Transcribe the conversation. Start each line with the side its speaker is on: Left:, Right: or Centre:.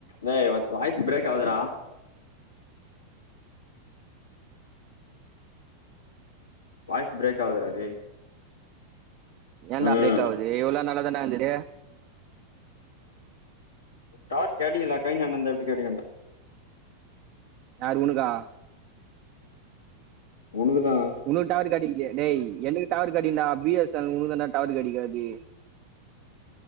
Left: டேய் வாத் வாய்ஸ் ப்ரேக் ஆவுத்டா வாய்ஸ் ப்ரேக் ஆவ்துடா டேய்
Right: ஏன்டா
Left: ம்
Right: ப்ரேக் ஆவுது இவ்ளோ நாளா தான்டாருந்து
Left: டாட் கேண்டி லாகைன் என்னந் தப்டி கடிகண்ட <unintelligible>
Right: யாரு உனக்கா
Left: உனக்குதா
Right: உன்னுக்கு டவரு காடைக்கலய டேய் என்னக் டவர் காடைக்கும்டா பி எஸ் எண்ல் உனக்தான்டா டவர் கெடைகாது